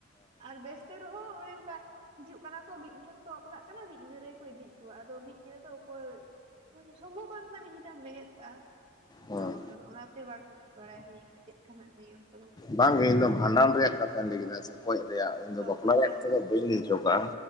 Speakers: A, on the right; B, on the left.
A: ᱟᱨ ᱵᱮᱥ ᱪᱮᱫ ᱦᱚᱸ ᱦᱳᱭ ᱚᱱᱠᱟ ᱦᱤᱡᱩᱜ ᱠᱟᱱᱟ ᱠᱚ ᱢᱤᱫ ᱧᱤᱫᱟᱹᱨ ᱨᱮᱠᱚ ᱵᱟᱯᱞᱟᱜ ᱠᱟᱱᱟ ᱢᱤᱫ ᱧᱤᱫᱟᱹᱨ ᱨᱮᱜᱮ ᱠᱚ ᱤᱫᱤ, ᱟᱫᱚ ᱢᱤᱫ ᱧᱤᱫᱟᱹ ᱫᱚ ᱚᱠᱚᱭ ᱥᱚᱢᱵᱷᱚᱵ ᱵᱟᱝ ᱠᱟᱱᱟ ᱢᱤᱫ ᱧᱤᱟᱟᱹᱢ ᱵᱮᱸᱜᱮᱫ ᱠᱟᱜᱼᱟ᱾
B: ᱦᱮᱸ
A: ᱛᱚ ᱟᱫᱚ ᱚᱱᱟᱛᱮ ᱵᱟᱝ ᱵᱟᱲᱟᱭ ᱦᱩᱭ ᱟᱠᱟᱱᱟ ᱪᱮᱫ ᱠᱟᱱᱟᱜ ᱱᱤᱭᱚᱢ ᱠᱚᱫᱚ
B: ᱵᱟᱝᱜᱮ ᱤᱧ ᱫᱚ ᱵᱷᱟᱸᱰᱟᱱ ᱨᱮᱭᱟᱜ ᱠᱟᱛᱷᱟᱧ ᱞᱟᱹᱭ ᱠᱮᱫᱟ ᱥᱮ ᱜᱚᱡ ᱨᱮᱭᱟᱜ ᱤᱧ ᱫᱚ
A: ᱚ
B: ᱵᱟᱯᱞᱟ
A: ᱜᱚᱡ
B: ᱨᱮᱭᱟᱜ
A: ᱨᱮᱱᱟᱜ
B: ᱠᱟᱛᱷᱟ
A: ᱵᱟᱝ
B: ᱫᱚ ᱵᱟᱹᱧ ᱞᱟᱹᱭ ᱚᱪᱚᱣᱟᱠᱟᱫᱼᱟ᱾